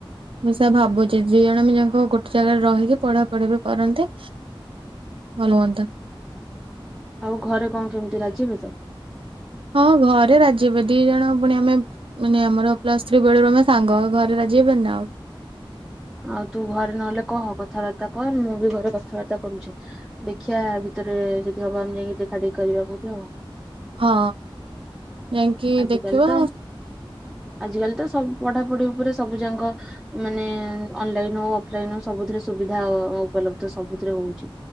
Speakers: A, on the right (about 75°); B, in the centre.
A: ମୁଁ ସେଆ ଭାବୁଛି ଦି ଜଣ ଦି ଜଣଙ୍କ ଗୋଟେ ଜାଗାରେ ରହିକି ପଢାପଢି ବି କରନ୍ତେ। ଭଲ ହୁଅନ୍ତା।
B: ଆଉ ଘରେ କଣ କେମିତି ରାଜି ହେବେ ତ?
A: ହଁ ଘରେ ରାଜି ହେବେ ଦି ଜଣ ପୁଣି ଆମେ ମାନେ ଆମର ପ୍ଲସ୍ ଥ୍ରୀ ବେଳରୁ ଆମେ ସାଙ୍ଗ ଘରେ ରାଜି ହେବେନି ନା ଆଉ।
B: ଆଉ ତୁ ଘରେ ନହେଲେ କହ କଥାବାର୍ତ୍ତା କର ମୁଁ ବି ଘରେ କଥାବାର୍ତ୍ତା କରୁଛି। ଦେଖିଆ ଭିତରେ ଯଦି ହବ ଆମେ ଯାଇକି ଦେଖାଦେଖି କରିବା କୋଉଠି ଆଉ।
A: ହଁ ଯାଇଙ୍କି
B: ଆଜିକାଲି
A: ଦେଖିବ
B: ତ ଆଜିକାଲି ତ ସବୁ ପଢାପଢି ଉପରେ ସବୁ ଯାଙ୍କ ମାନେ ଉଁ ଅନଲାଇନ ଓ ଅଫଲାଇନ ସବୁଥିରେ ସୁବିଧା ଓ ଉପଲବ୍ଧ ସବୁଥିରେ ହଉଛି।